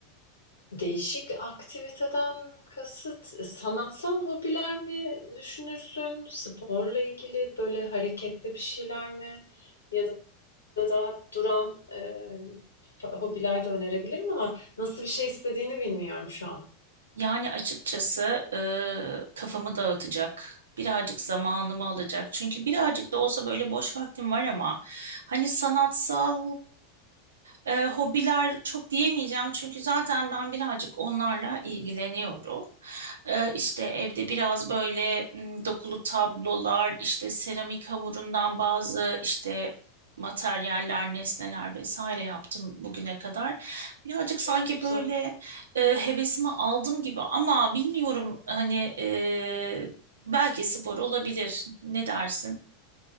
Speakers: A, on the left (about 70°); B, on the right (about 75°).
A: Değişik aktiviteden kasıt, e, sanatsal hobiler mi düşünürsün? Sporla ilgili böyle hareketli bir şeyler mi? Ya da daha duran, eee, hobiler de önerebilirim ama nasıl bir şey istediğini bilmiyorum şu an.
B: Yani açıkçası e, kafamı dağıtacak, birazcık zamanımı alacak. Çünkü birazcık da olsa böyle boş vaktim var ama hani sanatsal e, hobiler çok diyemeyeceğim. Çünkü zaten ben birazcık onlarla ilgileniyorum. E, işte evde biraz böyle m, dokulu tablolar, işte seramik hamurundan bazı işte materyaller, nesneler vesaire yaptım bugüne kadar. Birazcık
A: Çok
B: sanki
A: güzel.
B: böyle e, hevesimi aldım gibi ama bilmiyorum hani e, belki spor olabilir. Ne dersin?